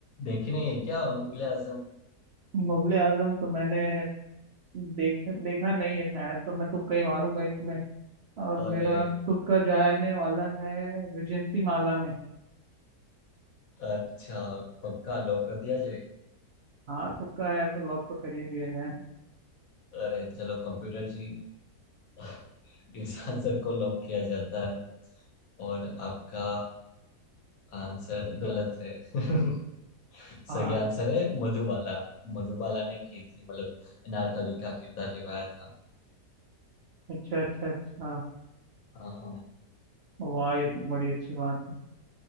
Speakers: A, on the left; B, on the right.
A: देखने है क्या मुगले आजम
B: मुगले आजम तो मैंने देख देखा नहीं है शायद तो मैं तुक्का ही मारूंगा इसमें और मेरा
A: अरे
B: तुक्का जाने वाला है विजयंती माला में
A: अच्छा पक्का लॉक कर दिया जाए
B: हाँ तुक्का है तो लॉक तो कर ही दिया जाए
A: अरे चलो कंप्यूटर जी <laughs> इस आंसर को लॉक किया जाता है और आपका आंसर गलत है <laughs> सही
B: हाँ
A: आंसर है मधुबाला मधुबाला ने की थी मतलब नारकली का किरदार निभाया था
B: अच्छा अच्छा अच्छा
A: हाँ
B: वाह ये तो बड़ी अच्छी बात है